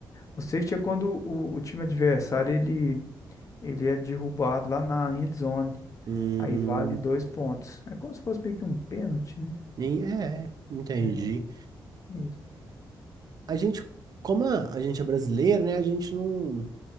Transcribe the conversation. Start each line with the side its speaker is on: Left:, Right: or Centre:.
Left: O safety é quando o, o time adversário ele, ele é derrubado lá na end zone.
Right: Hum,
Left: Aí vale dois pontos. É como se fosse meio que um pênalti, né?
Right: e é, entendi.
Left: É isso.
Right: A gente, como a, a gente é brasileiro, né? A gente não,